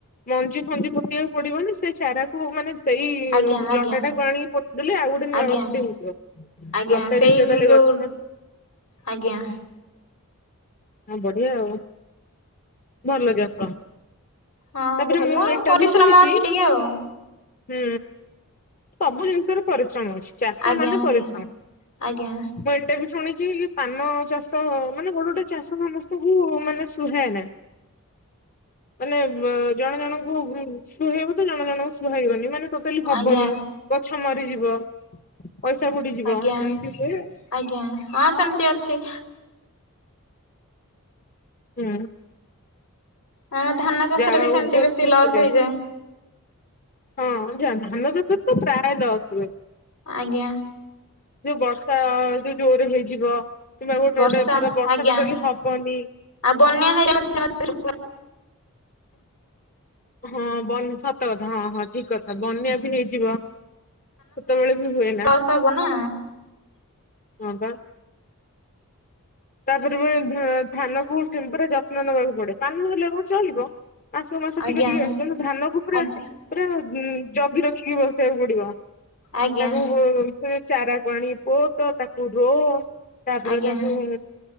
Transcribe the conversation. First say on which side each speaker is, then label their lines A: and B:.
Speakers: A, on the left; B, on the left.
A: ମଞ୍ଜି ଫଞ୍ଜି ପୋତିିବାକୁ ପଡିବନି, ସେ ଚାରାକୁ ମାନେ ସେଇ
B: ଆଜ୍ଞା ଆଜ୍ଞା
A: ଲଟାଟାକୁ ଆଣିକି ପୋତିଦେଲେ ଆଉ ଗୋଟେ ନୂଆ
B: ଆଜ୍ଞା
A: ଗଛଟେ ହେଇଯିବ।
B: ଆଜ୍ଞା
A: ଲଟା
B: ସେଇ
A: ଜାତିୟ ତାହାଲେ
B: ଯୋଉ
A: ଗଛ
B: ଆଜ୍ଞା।
A: ହଁ ବଢିଆ ଆଉ ଭଲ ଚାଷ।
B: ହଁ
A: ତାପରେ
B: ଭଲ
A: ମୁଁ ଏଟା
B: ପରିଶ୍ରମ
A: ବି ଶୁଣିଛି
B: ଅଛି ଟିକେ ଆଉ।
A: ହୁଁ ସବୁ ଜିନିଷରେ ପରିଶ୍ରମ ଅଛି ଚାଷ
B: ଆଜ୍ଞା
A: ମାନେ
B: ଆଜ୍ଞା
A: ପରିଶ୍ରମ।
B: ଆଜ୍ଞା
A: ମୁଁ ଏଟା ବି ଶୁଣିଚି କି ପାନ ଚାଷ ମାନେ ଗୋଟେ ଗୋଟେ ଚାଷ ସମସ୍ତଙ୍କୁ ମାନେ ସୁହାଏନା। ମାନେ ମ୍ ଜଣ ଜଣଙ୍କୁ ଉଁ ସୁହେଇବ ତ ଜଣ ଜଣଙ୍କୁ ସୁହାଇବନି ମାନେ ଟୋଟାଲି ହବନି
B: ଆଜ୍ଞା
A: ଗଛ ମରିଯିବ ପଇସା ବୁଡ଼ିଯିବ
B: ଆଜ୍ଞା
A: ଏମିତି ହୁଏ।
B: ଆଜ୍ଞା ହଁ ସେମତି ଅଛି।
A: ଉଁ।
B: ଆମ ଧାନ ଚାଷରେ
A: ଯାହା
B: ବି
A: ହୋଉ
B: ସେମିତି
A: ବୋହୁତ
B: ବେଶୀ
A: ଖୁସି
B: ଲସ୍
A: ଲାଗି
B: ହେଇଯାଏ
A: ହଁ ଯା ଧାନଚାଷରେ ତ ପ୍ରାୟ ଦଶ ଲା
B: ଆଜ୍ଞା।
A: ଯୋଉ ବର୍ଷା ଯୋଉ ଜୋରରେ ହେଇଯିବ କିମ୍ବା ଗୋଟେ
B: ବର୍ଷା
A: ଗୋଟେ ଥର ବର୍ଷା
B: ଆଜ୍ଞା
A: ଟୋଟାଲି ହବନି।
B: ଆଉ ବନ୍ୟା ହଇରାମ୍ <inaudible>
A: ହଁ ବନ୍ ସତକଥା ହଁ ହଁ ଠିକ କଥା ବନ୍ୟା ବି ହେଇଯିବ। କେତୋବେଳେ ବି ହୁଏନା।
B: ତା ହବନା।
A: ହଁ ପା। ତାପରେ ବି ଧା ଧାନକୁ ଚିନ୍ ଯତ୍ନ ନବାକୁ ପଡେ ତା ନହେଲେ କଣ ଚଳିବ। ମାସକୁ ମାସ
B: ଆଜ୍ଞା
A: ଟିକେ ଦିଏ ତେଣୁ ଧାନକୁ ପୁରା
B: ଆଜ୍ଞା
A: ପୁରା ଉଁ ଜଗି ରଖିକି ବସେଇବାକୁ ପଡିବ
B: ଆଜ୍ଞା
A: ତାକୁ ସେ ଚାରାକୁ ଆଣି ପୋତ ତାକୁ ରୋ ତାପରେ
B: ଆଜ୍ଞା
A: ତାକୁ ହୁଁ